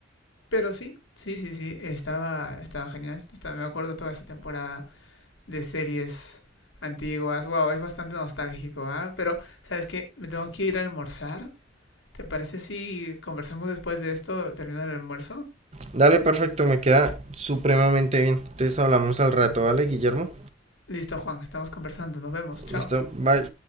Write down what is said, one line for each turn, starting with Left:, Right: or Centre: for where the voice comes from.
Left: pero sí, sí, sí, sí, estaba, estaba genial. Estaba- me acuerdo toda esta temporada de series antiguas. Wow, es bastante nostálgico, ¿ah? ¿eh? Pero, ¿sabes qué? Me tengo que ir a almorzar. ¿Te parece si conversamos después de esto, terminando el almuerzo?
Right: Dale, perfecto, me queda supremamente bien. Entonces hablamos al rato, ¿vale, Guillermo?
Left: Listo, Juan, estamos conversando. Nos vemos. Chao.
Right: Listo, bye.